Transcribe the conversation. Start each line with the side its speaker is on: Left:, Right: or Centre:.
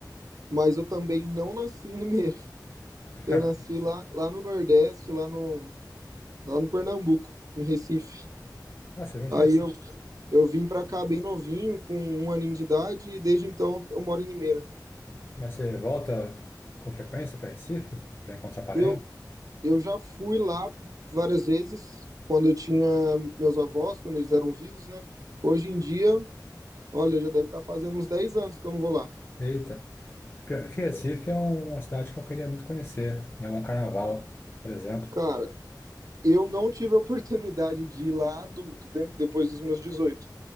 Right: mas eu também não nasci em Limeira.
Left: <laughs>
Right: Eu nasci lá, lá no Nordeste, lá no, lá no Pernambuco, em Recife.
Left: Ah, você vem de
Right: Aí
Left: Recife.
Right: eu, eu vim pra cá bem novinho, com um aninho de idade, e desde então eu moro em Limeira.
Left: Mas você volta com frequência para Recife? Para encontrar parentes?
Right: Eu, eu já fui lá várias vezes, quando eu tinha meus avós, quando eles eram vivos, né? Hoje em dia, olha, já deve estar fazendo uns 10 anos que eu não vou lá.
Left: Eita. Pior que Recife é um, uma cidade que eu queria muito conhecer, em algum carnaval, por exemplo.
Right: Cara, Eu não tive a oportunidade de ir lá adulto, né? Depois dos meus 18.